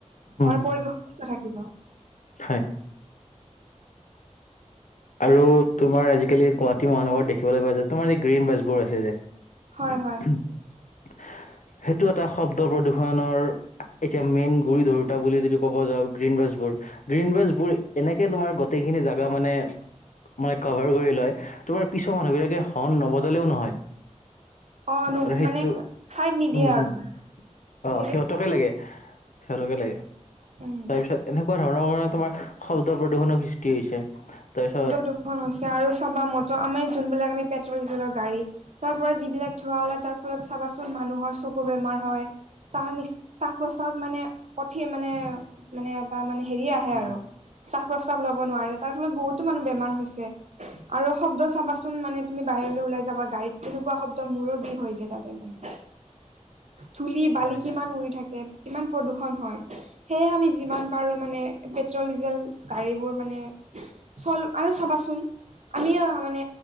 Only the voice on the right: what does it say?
হয়, পৰিৱেশ <unintelligible> থাকিব।
হয় হয়
অ', নো
মানে চাইত নিদিয়ে
আৰু।
তেনেকে
উম
দূষন হৈছে, আৰু চাবা মটৰ আমাৰ যোনবিলাক আমি পেট্ৰল ডিজেলৰ গাড়ী তাৰ পৰা যিবিলাক ধোঁৱা ওলাই, তাৰ ফলত চাবাচোন মানুহৰ চকু বেমাৰ হয়। চাহ নি শ্বাস-প্ৰশ্বাসত মানে কঠিন মানে মানে এটা মানে হেৰি আহে
আৰু, শ্বাস-প্ৰশ্বাস লব নোৱাৰে তাৰ ফলত বহুতো মানুহ বেমাৰ হৈছে। আৰু শব্দ চাবাচোন মানে তুমি বাহিৰলৈ ওলাই যাবা গাড়ীত, কেনেকুৱা শব্দ মূৰৰ বিষ হৈ যায় তাতে মানে। ধুলি বালি
কিমান উৰি থাকে, কিমান প্ৰদূষন হয়। সেয়েহে আমি যিমান পাৰো মানে, পেট্ৰল ডিজেল গাড়ীবোৰ মানে চল আৰু চাবাচোন আমি মানে